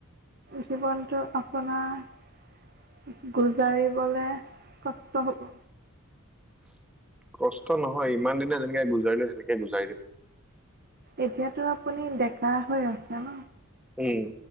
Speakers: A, on the right; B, in the centre.
A: জীৱনটো আপোনাৰ গুজাৰিবলৈ কষ্ট হব
B: কষ্ট নহয় ইমান দিনে যেনেকে গুজাৰিলো সেনেকে গুজাৰি দিম
A: এতিয়াতো আপুনি ডেকা হৈ আছে ন
B: উম